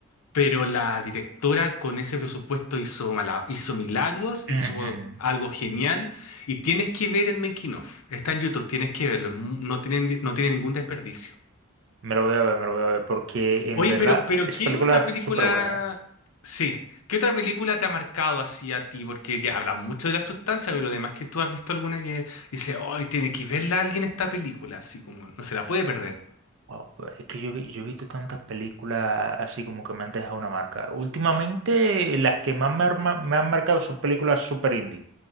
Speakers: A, on the left; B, on the right.
A: pero la directora con ese presupuesto hizo, mala- hizo milagros, hizo
B: ujú.
A: algo genial, y tienes que ver el making of. Está en YouTube, tienes que verlo, no tienen, no tiene ningún desperdicio.
B: Me lo voy a ver, me lo voy a ver, porque en
A: Oye,
B: verdad
A: pero, pero
B: esa
A: ¿qué
B: película
A: otra
B: es
A: película?
B: súper buena,
A: Sí, ¿qué otra película te ha marcado así a ti? Porque ya hablamos mucho de la sustancia, pero además que tú has visto alguna que dice, hoy tiene que verla alguien esta película, así como no se la puede perder.
B: Wow, pues es que yo, vi- yo he visto tantas películas así como que me han dejado una marca. Últimamente las que más me, han mar- me han marcado son películas super indie.